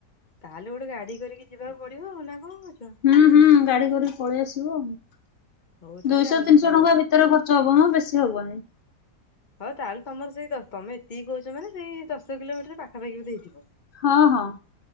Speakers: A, on the left; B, on the left.
A: ତାହେଲେ ଗୋଟେ ଗାଡି କରିକି ଯିବାକୁ ପଡିବ ଆଉ ନା କଣ କହୁଛ?
B: ହୁଁ ହୁଁ ଗାଡି କରିକି ପଳେଇ ଆସିବ
A: ହଉ ତାହେଲେ
B: ଦୁଇଶହ
A: ଆମେ
B: ତିନିଶହ
A: ଦେଖିବା
B: ଟଙ୍କା ଭିତ ତର ଖର୍ଚ ହବମ ବେଶୀ ହବନି।
A: ହଉ ତାହେଲେ ତମର ସେଇ ତମେ ଏତିକି କହୁଛ ମାନେ ସେଇ ଦଶ କିଲୋମିଟର ପାଖାପାଖି ବଧେ ହେଇଥିବ।
B: ହଁ ହଁ।